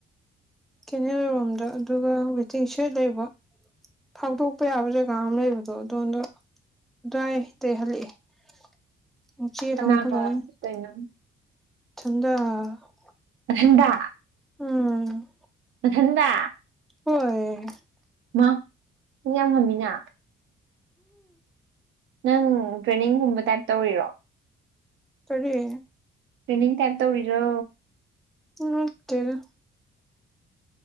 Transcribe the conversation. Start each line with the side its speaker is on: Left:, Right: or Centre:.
Centre: ꯀꯦꯅꯦꯜ ꯔꯣꯝꯗ ꯑꯗꯨꯒ ꯋꯦꯇꯤꯡ ꯁꯦꯠ ꯂꯩꯕ꯫ ꯊꯥꯎꯗꯣꯛꯄ ꯌꯥꯕ ꯖꯒꯥ ꯑꯃ ꯂꯩꯕꯗꯣ ꯑꯗꯣꯝꯗ ꯑꯗꯨꯋꯥꯏ ꯗꯩꯩ ꯍꯜꯂꯛꯑꯦ꯫ <unintelligible>
Right: ꯀꯅꯥꯒ ꯆꯠꯇꯣꯏꯅꯣ
Centre: ꯏꯊꯥꯟꯗ꯫
Right: ꯅꯥꯊꯟꯗ꯫
Centre: ꯎꯝ꯫
Right: ꯃꯊꯟꯗ꯫
Centre: ꯍꯣꯏ꯫
Right: ꯃꯥ ꯅꯪꯗꯤ ꯌꯥꯝ ꯉꯝꯃꯤꯅ꯫ ꯅꯪ ꯇ꯭ꯔꯦꯅꯤꯡꯒꯨꯝꯕ ꯇꯥꯏꯞ ꯇꯧꯔꯤꯔꯣ꯫
Centre: ꯇꯔꯤ꯫
Right: ꯇ꯭ꯔꯦꯅꯤꯡ ꯇꯥꯏꯞ ꯇꯧꯔꯤꯔꯣ꯫
Centre: ꯅꯠꯇꯦꯗ꯫